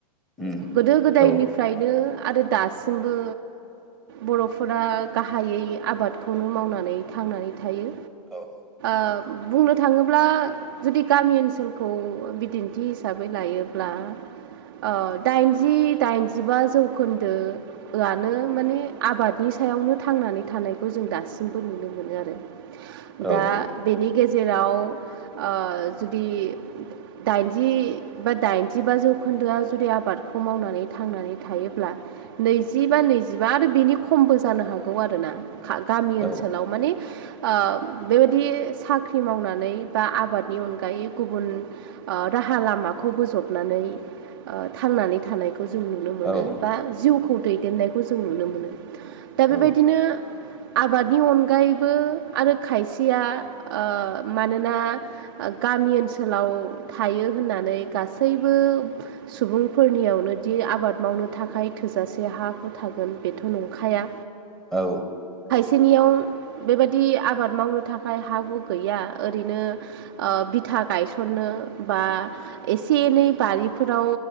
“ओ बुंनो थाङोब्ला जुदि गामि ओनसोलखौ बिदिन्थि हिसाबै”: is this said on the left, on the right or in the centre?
Right